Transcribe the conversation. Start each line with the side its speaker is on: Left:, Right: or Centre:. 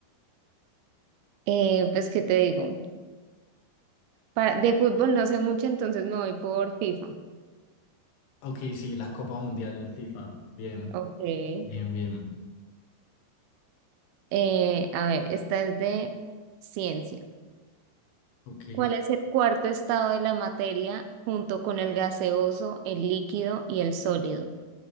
Right: Eh, pues, ¿qué te digo? Pa- de fútbol no sé mucho, entonces me voy por FIFA.
Left: Ok, sí, la Copa Mundial FIFA. Bien,
Right: Ok.
Left: bien, bien.
Right: Eh, a ver, esta es de ciencia.
Left: Ok.
Right: ¿Cuál es el cuarto estado de la materia junto con el gaseoso, el líquido y el sólido?